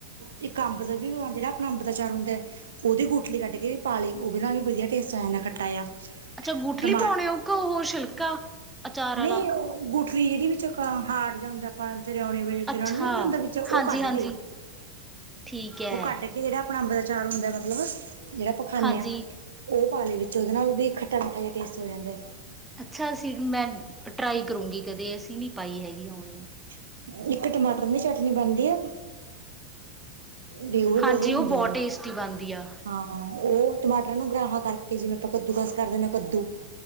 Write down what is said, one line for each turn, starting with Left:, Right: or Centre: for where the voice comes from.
Right: ਇੱਕ ਅੰਬ ਦਾ ਵੀ, ਜਿਹੜਾ ਆਪਣਾ ਅੰਬ ਦਾ, ਚਾਰ ਹੁੰਦਾ। ਉਹਦੀ ਗੁਟਲੀ ਕੱਢ ਕੇ ਪਾ ਲਈ, ਉਹਦੇ ਨਾਲ ਵੀ ਵਧੀਆ ਟੇਸਟ ਆ, ਜਾਂਦਾ ਖੱਟਾ ਆ
Centre: ਅੱਛਾ, ਗੂਠਲੀ
Right: ਟਮਾ
Centre: ਪਾਉਣੇ, ਉਹ ਘ ਉਹ ਛਿਲਕਾ ਅਚਾਰ
Right: ਨਹੀਂ,
Centre: ਵਾਲਾ
Right: ਉਹ ਗੁਠਲੀ ਜਿਹੜੀ ਵਿੱਚ, ਹਾਰਡ ਜਿਹਾ ਹੁੰਦਾ ਅਮ ਚੁਰਿਆਉਣੇ ਵੇਲੇ ਚ
Centre: ਅੱਛਾ
Right: ਵੇਲੇ ਦਾ ਵਿੱਚ ਉਹ
Centre: ਹਾਂਜੀ
Right: ਕੱਢ
Centre: ਹਾਂਜੀ
Right: ਦੇਈਏ
Centre: ਠੀਕ ਹੈ
Right: ਉਹ ਕੱਢ ਕੇ, ਜਿਹੜਾ ਆਪਣਾ ਅੰਬ ਦਾ ਚਾਰ ਹੁੰਦਾ ਮਤਲਬ ਜਿਹੜਾ ਆਪਾ ਖਾਂਨੇ
Centre: ਹਾਂਜੀ
Right: ਆ ਉਹ ਪਾਣੇ ਅ ਵਿੱਚ, ਉਹਦੇ ਨਾਲ ਵੀ ਖੱਟਾ -ਮਿੱਠਾ ਜਿਹਾ ਟੇਸਟ ਹੋ ਜਾਂਦਾ।
Centre: ਅੱਛਾ, ਅਸੀਂ ਮੈਂ ਟਰਾਈ ਕਰੂੰਗੀ, ਕਦੇ ਅਸੀਂ ਨਹੀਂ ਪਾਈ ਹੈਗੀ, ਉਵੇਂ
Right: ਇਜ, ਇੱਕ ਟਮਾਟਰ, ਦੀ ਚਟਨੀ ਬਣਦੀ ਆ। ਡਿਊ ਵੀ,
Centre: ਹਾਂਜੀ
Right: ਵਧੀਆ ਹੁੰਦੀ
Centre: ਉਹ ਬਹੁਤ
Right: ਹੈ।
Centre: ਟੇਸਟੀ ਬਣਦੀ ਆ
Right: ਹਾਂ ਉਹ ਟਮਾਟਰਾਂ ਨੂੰ ਗਰਾਫਾ, ਕਰਕੇ ਜਿਵੇਂ ਆਪਾਂ ਕੱਦੂ ਕਸ ਕਰ ਦਿੰਦੇ, ਹਾਂ ਕੱਦੂ